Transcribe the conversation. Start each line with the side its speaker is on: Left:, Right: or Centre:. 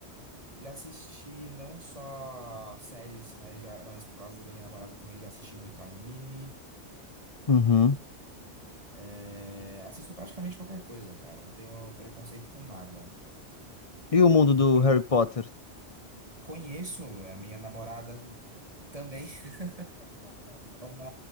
Right: Já assisti não só séries, mas, já, mas por causa da minha namorada também já assisti muito anime.
Left: Uhum.
Right: É, assisto praticamente qualquer coisa, cara. Não tenho preconceito com nada.
Left: E o mundo
Right: Então,
Left: do Harry Potter?
Right: conheço a minha namorada também. <laughs> É uma,